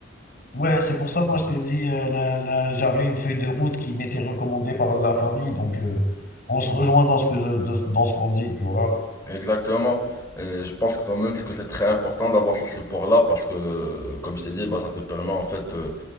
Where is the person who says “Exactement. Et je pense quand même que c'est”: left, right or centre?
Left